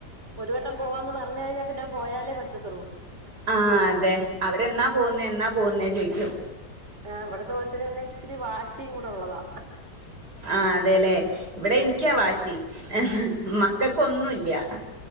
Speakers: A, on the right (about 40°); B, on the right (about 70°).
A: ഒരു വട്ടം പോവാന്ന് പറഞ്ഞ് കഴിഞ്ഞാൽ പിന്നെ പോയാലേ പറ്റത്തൊള്ളൂ.
B: ആ അതെ അവര് എന്നാ പോന്നെ എന്നാ പോന്നെ ചോയിക്കും.
A: ആ ഇവിടത്തെ കൊച്ചിന് പിന്നെ ഇച്ചിരി വാശിയും കൂടെ ഒള്ളതാ
B: ആ അതെല്ലെ ഇവിടെ എനിക്കാ വാശി. ഏ ഹ് മക്കൾക്കൊന്നുംല്ല